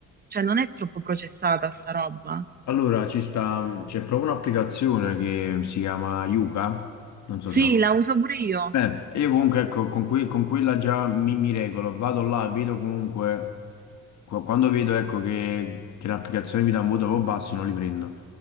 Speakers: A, on the right; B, on the left.
A: Cioè, non è troppo processata sta roba?
B: Allora, ci sta, c'è proprio un'applicazione che si chiama Yuka, non so
A: Sì,
B: se la
A: la uso pure io,
B: eh, io comunque ecco, con, que- con quella già mi, mi regolo, vado là, vedo comunque, qua- quando vedo ecco, che, che l'applicazione mi dà un voto proprio basso, non li prendo.